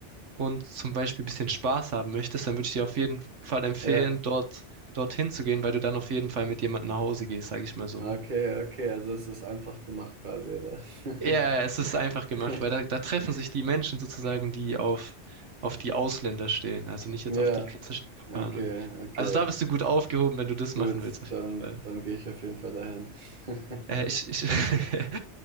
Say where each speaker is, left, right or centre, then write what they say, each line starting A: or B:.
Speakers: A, on the right; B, on the right.
A: und zum Beispiel ein bisschen Spaß haben möchtest, dann würde ich dir auf jeden Fall empfehlen,
B: Ja.
A: dort dorthin zu gehen, weil du dann auf jeden Fall mit jemandem nach Hause gehst, sage ich mal so.
B: Okay, okay. Also es ist einfach gemacht quasi, oder?
A: Ja, es
B: <laughs>
A: ist einfach gemacht, weil da, da treffen sich die Menschen sozusagen, die auf, auf die Ausländer stehen, also nicht
B: Ja,
A: jetzt auf die klassischen
B: okay,
A: Japaner.
B: okay.
A: Also da bist du gut aufgehoben, wenn du das
B: Gut,
A: machen willst, auf
B: dann,
A: jeden Fall.
B: dann gehe ich auf jeden Fall dahin. <laughs>
A: Äh, ich, ich, <laughs>